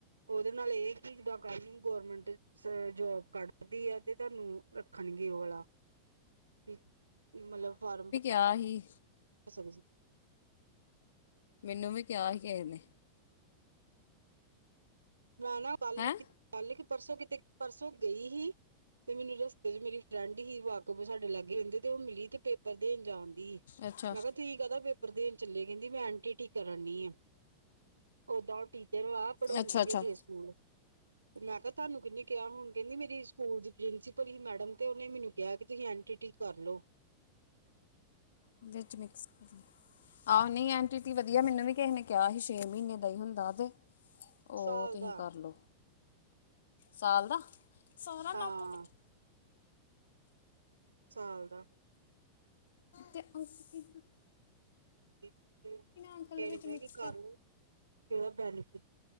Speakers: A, on the right; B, on the left.
A: ਤਾ ਨਾਲੇ ਇਹ ਚੀਜ ਦਾ ਕਹ ਰਈ ਗੌਰਮੈਂਟ। ਜੋਬ ਕਢਦੀ ਐ ਤੇ ਤੈਂਨੂੰ, ਰੱਖਣਗੇ ਓ ਵਾਲਾ। ਕੀ ਮਤਲਬ ਫਾਰਮ ਭ
B: ਤਾ ਹੀ।
A: ਸਮਜ
B: ਮੈਨੂੰ ਵੀ ਕਿਆ ਹੀ ਕਏ ਨੇ।
A: ਨਾ-ਨਾ ਕੱਲ,
B: ਹੈਂ
A: ਕੱਲ ਕਿ ਪਰਸੋਂ ਕਿਤੇ ਪਰਸੋਂ ਗਈ ਹੀ। ਤੇ ਮੈਨੂੰ ਰਸਤੇ ਚ ਮੇਰੀ ਫਰੈਂਡ ਹੀ ਵਾਕਫ ਸਾਡੇ ਲਾਗੇ ਰਹਿੰਦੀ ਤੇ ਓ ਮਿਲੀ ਤੇ ਪੇਪਰ ਦੇਣ ਜਾਣ ਦੀ,
B: ਅੱਛਾ
A: ਮੈਂ ਕਿਹਾ ਤੁਸੀਂ ਕਹਦਾ ਪੇਪਰ ਪੇਪਰ ਦੇਣ ਚੱਲੇ, ਕਹਿੰਦੀ ਮੈਂ ਐਨ ਟੀ ਟੀ ਕਰਾਣੀ ਆ, ਓਦਾਂ ਓ ਟੀਚਰ ਆ ਪੜਾਉਂਦੀ
B: ਅੱਛਾ ਅੱਛਾ
A: ਹੈ। ਚਲੋ ਮੈਂ ਕਿਹਾ ਤੁਹਾਨੂੰ ਕਿੰਨੇ ਕਿਆ ਹੁਣ, ਕਹਿੰਦੀ ਮੇਰੀ ਸਕੂਲ ਦੀ ਪ੍ਰਿੰਸੀਪਲ ਮੈਡਮ ਤੇ ਉਨੇ ਮੈਨੂੰ ਕਿਆ ਕਿ ਤੁਸੀਂ ਐਨ ਟੀ ਟੀ ਕਰਲੋ।
B: ਓਦੇ ਚ ਮਿਕਸ ਕਰ ਲਈ। ਆਹ, ਨਈ ਐਨ ਟੀ ਟੀ ਵਧੀਆ ਮੈਨੂੰ ਵੀ ਕਿਸੇ ਨੇ ਕਿਹਾ ਸੀ ਛੇ ਮਹੀਨੇ ਦਾ ਹੀ ਹੁੰਦਾ ਵੇ। ਉਹ
A: ਸਾਲ
B: ਤੁਹੀ
A: ਦਾ
B: ਕਰਲਓ, ਸਾਲ ਦਾ <unintelligible>
A: ਹਾਂ ਸਾਲ ਦਾ।
B: ਤੇ, ਆ ਇੱਕ <unintelligible>
A: <unintelligible>
B: ਅੰਕਲ ਦੇ ਵਿੱਚ ਮਿਕਸ ਕਰ
A: ਵਧੀਆ, ਮੈਂ